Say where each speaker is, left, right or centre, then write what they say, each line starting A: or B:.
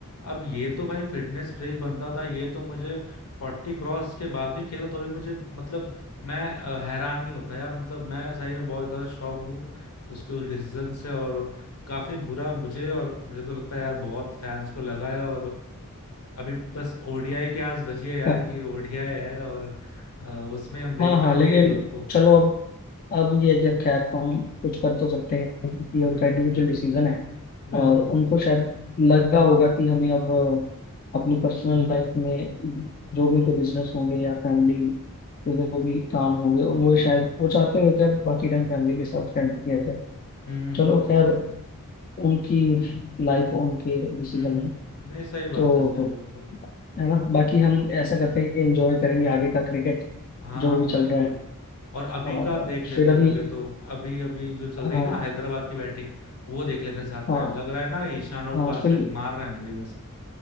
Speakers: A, on the left (about 80°); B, on the left (about 40°).
A: अब ये तो भाई फिटनेस फ्रीक बंदा था ये तो मुझे फोर्टी क्रॉस के बाद भी खेला तो भी मुझे मतलब मैं अ, हैरान नहीं होता यार मतलब मैं सही में बहुत ज्यादा शॉक्ड हूँ उसके उस डिसीजन से और काफी बुरा मुझे और मुझे तो लगता है यार बहुत फैंस को लगा है और अभी बस ओडीआई की आस बची है यार
B: है।
A: कि ओडीआई है और अ, उसमें हम देख
B: हाँ
A: पाएंगे
B: हाँ लेकिन
A: ये लोगों को
B: चलो अब अब ये है कि खैर हम कुछ कर तो सकते हैं कि ये उनका
A: हम्म
B: इंडिविजुअल डिसीजन है
A: बिल्कुल
B: और उनको
A: बिल्कुल
B: शायद लगा होगा कि हमें अब अपनी पर्सनल लाइफ में जो भी उनके बिजनेस होंगे या फैमिली के जो भी काम होंगे वो शायद वो चाहते हो कि अब बाकी टाइम फैमिली के साथ स्पेंड किया जाए
A: हम्म
B: चलो
A: हम्म
B: खैर उनकी लाइफ उनके डिसीजन
A: हम्म
B: है
A: नहीं सही
B: तो
A: बात है सही बात है
B: है ना बाकी हम ऐसा करते हैं कि एंजॉय करेंगे आगे का क्रिकेट
A: हाँ
B: जो भी
A: बिल्कुल
B: चल रहा है
A: और अभी
B: और
A: का देख लेते
B: फिर अभी
A: लगे तो अभी अभी जो चल
B: हाँ
A: रही है ना हैदराबाद की बैटिंग वो देख लेते साथ
B: हाँ
A: में लग रहा है ना ईशान और
B: हाँ
A: क्लासेन
B: फिल
A: मार रहे हैं बढ़िया से